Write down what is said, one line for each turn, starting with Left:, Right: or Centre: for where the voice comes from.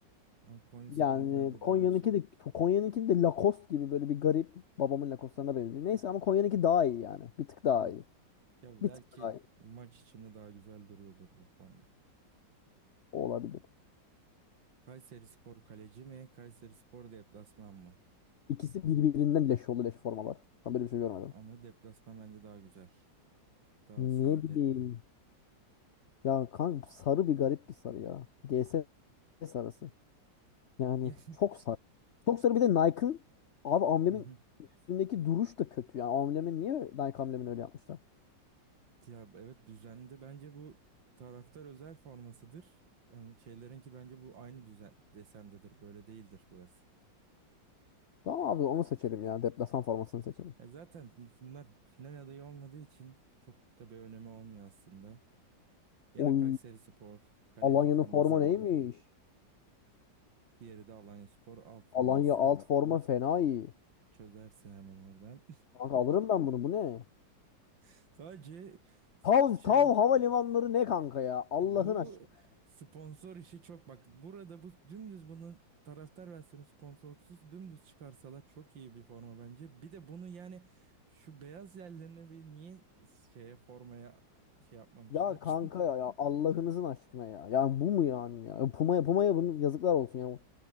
Right: ama Konyaspor'unki
Left: Yani
Right: bence
Left: Konya'nınki
Right: daha şey.
Left: de Konya'nınki de Lacoste gibi böyle bir garip babamın Lacoste'larına benziyor. Neyse ama Konya'nınki daha iyi yani. Bir tık daha
Right: Evet
Left: iyi.
Right: Ya
Left: Bir
Right: belki
Left: tık daha iyi.
Right: maç içinde daha güzel duruyordur bu forma.
Left: O olabilir.
Right: Kayserispor kaleci mi? Kayserispor deplasman mı?
Left: İkisi birbirinden leş oldu leş formalar. Ben böyle bir şey görmedim.
Right: Ama deplasman bence daha güzel. Daha
Left: Ne
Right: sade.
Left: bileyim.
Right: <laughs>
Left: Ya kanka sarı bir garip bir sarı ya. G S sarısı. Yani
Right: Yani
Left: çok sarı. Çok sarı bir de Nike'ın abi amblemin
Right: Hı hı.
Left: üstündeki duruş da kötü. Yani amblemi niye Nike amblemini öyle yapmışlar?
Right: Ya evet düzende bence bu taraftar özel formasıdır. Yani şeylerinki bence bu aynı düzen desendedir. Böyle değildir burası.
Left: Tamam abi onu seçelim ya. Deplasman formasını seçelim.
Right: Ya zaten bunlar final adayı olmadığı için çok da bir önemi olmuyor aslında. Yine
Left: Oy.
Right: Kayserispor kaleci
Left: Alanya'nın
Right: formasıyla,
Left: forma neymiş?
Right: diğeri de Alanyaspor alt forması.
Left: Alanya alt forma fena iyi.
Right: Çözersin hemen oradan.
Left: Kanka alırım ben bunu. Bu ne?
Right: <laughs> Sadece sp-
Left: Tav,
Right: şey
Left: Tav havalimanları ne kanka ya? Allah'ın
Right: bu
Left: aşkına.
Right: sponsor işi çok bak burada bu dümdüz bunun taraftar versiyonu sponsorsuz dümdüz çıkarsalar çok iyi bir forma bence. Bir de bunu yani şu beyaz yerlerini bir niye şeye formaya şey yapmamışlar?
Left: Ya kanka ya, ya Allah'ınızın aşkına ya. Yani bu mu yani ya? Puma'ya Puma'ya bunu yazıklar olsun ya.